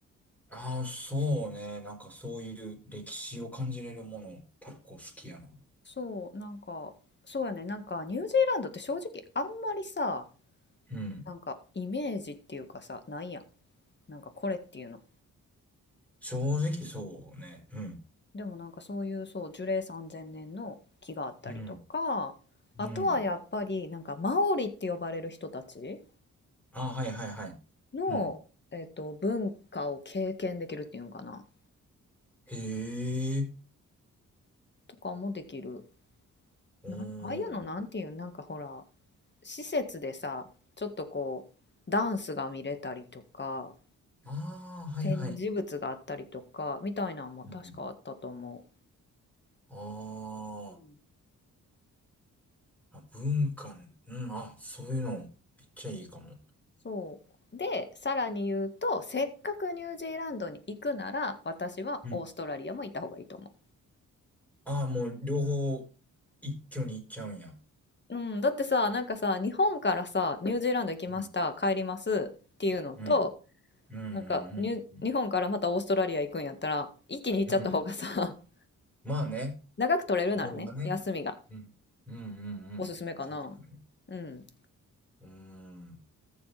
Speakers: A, in the centre; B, on the left (about 35°).
A: ああ、そうね。なんかそういう歴史を感じれるもの、結構好きやな。
B: そう、なんか、そうやねん。なんか、ニュージーランドって正直あんまりさ、
A: うん。
B: なんか、イメージっていうかさ、ないやん。なんか、これっていうの。
A: 正直そうね。うん。
B: でもなんかそういう、そう、樹齢3000年の木があったりとか、
A: うん。うん。
B: あとはやっぱり、なんか、マオリって呼ばれる人たち
A: ああ、はいはいはい。
B: の、
A: うん。
B: えっと、文化を経験できるっていうんかな。
A: へえ。
B: とかもできる。
A: おー。
B: なん、ああいうのなんていうなんかほら、施設でさ、ちょっとこう、ダンスが見れたりとか、
A: ああ、はいはい。
B: 展示物があったりとか、みたいなのも確かあったと思
A: うん。あ
B: う。うん
A: ーあ、文化ね、うん。あ、そういうの、めっちゃいいかも。
B: そう。で、さらに言うと、せっかくニュージーランドに行くなら、私はオーストラリアも行った方がいいと思
A: うん。ああ、もう両方、一挙に行っちゃうんや。
B: う。うん、だってさ、なんかさ、日本からさ、ニュージーランド行きました、
A: うん。
B: 帰りますっていうのと、
A: うん。うん。うん。
B: なんかニュ、
A: うん。
B: 日本からまたオーストラリア行くんやったら、一気に行っちゃった方がさ、
A: うん。うん
B: <laughs>
A: まあね。
B: 長く取れるならね、
A: 動画ね。
B: 休みが
A: うん。うんうんうん。
B: おすすめかな。
A: 確かに。
B: うん。
A: うーん。